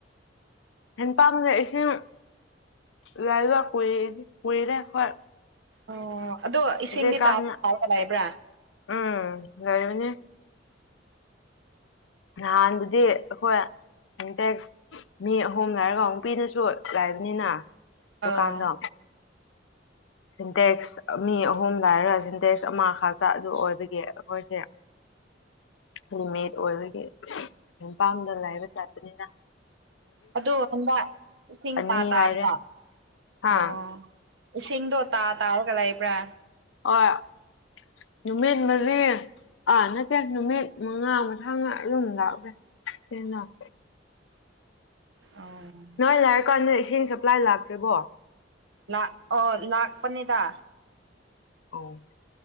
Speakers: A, on the left; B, on the right.
A: ꯍꯦꯟ ꯄꯥꯝꯖꯦ ꯏꯁꯤꯡ ꯂꯥꯏꯕ ꯀꯨ ꯀꯨꯏꯔꯦ ꯑꯣꯏ
B: ꯑꯣ ꯑꯗꯣ ꯏꯁꯤꯡꯗꯤ
A: ꯍꯧꯖꯤꯛꯀꯥꯟꯁꯤꯅ
B: ꯇꯥ ꯀꯗꯥꯏꯕ꯭ꯔꯥ
A: ꯎꯝ ꯂꯩꯕꯅꯤ ꯅꯍꯥꯟꯗꯨꯗꯤ ꯑꯩꯈꯣꯏ ꯏꯟꯇꯦꯛꯁ ꯃꯤ ꯑꯍꯨꯝ ꯂꯩꯔꯒ ꯑꯃꯨꯛ ꯅꯨꯄꯤꯅꯁꯨ ꯂꯩꯕꯅꯤꯅ ꯗꯨꯀꯥꯟꯗꯣ
B: ꯑꯧ
A: ꯁꯤꯟꯇꯦꯛꯁ ꯃꯤ ꯑꯍꯨꯝ ꯂ ꯍꯥꯏꯔꯒ ꯁꯤꯟꯇꯦꯛꯁ ꯑꯃꯈꯥꯛꯛꯇ ꯑꯗꯨ ꯑꯣꯏꯕꯒꯤ ꯑꯩꯈꯣꯏꯁꯦ ꯔꯨꯝꯃꯦꯠ ꯑꯣꯏꯕꯒꯤ ꯃꯄꯥꯝꯗ ꯂꯩꯕ ꯆꯠꯄꯅꯤꯗ
B: ꯑꯗꯨ ꯍꯗꯥ ꯂꯤꯁꯤꯡ
A: ꯑꯅꯤ
B: ꯇꯥ ꯇꯥꯕꯣ
A: ꯂꯩꯔꯦ ꯍꯥ
B: ꯑꯣ ꯏꯁꯤꯡꯗꯣ ꯇꯥ ꯇꯥꯔꯒ ꯂꯩꯕ꯭ꯔꯥ
A: ꯑꯣ ꯅꯨꯃꯤꯠ ꯃꯔꯤ ꯑꯥ ꯅꯠꯇꯦ ꯅꯨꯃꯤꯠ ꯃꯉꯥ ꯃꯊꯥ ꯃꯥ ꯑꯗꯨꯝ ꯂꯥꯛꯂꯦ ꯍꯅ
B: ꯑꯣ
A: ꯅꯣꯏ ꯂꯥꯏꯔ ꯀꯥꯟꯗ ꯏꯁꯤꯡ ꯁꯄ꯭ꯂꯥꯏ ꯂꯥꯛꯇ꯭ꯔꯤꯕꯣ
B: ꯂꯥꯛ ꯑꯣ ꯂꯥꯛꯄꯅꯤꯗ
A: ꯑꯣ